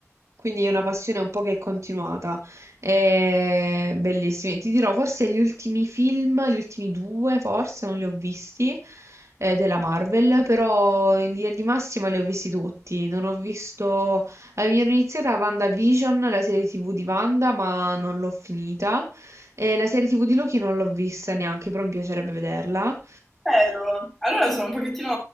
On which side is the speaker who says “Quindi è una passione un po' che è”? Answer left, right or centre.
Right